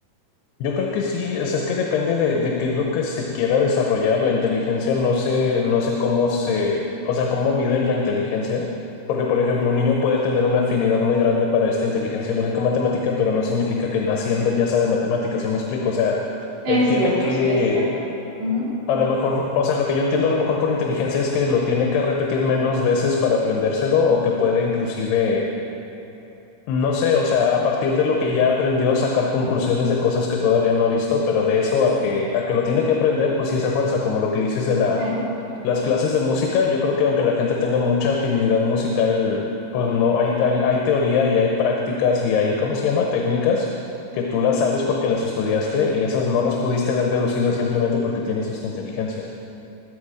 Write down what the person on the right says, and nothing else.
Es
cierto,
sí, es cierto. Ujú,
Sí,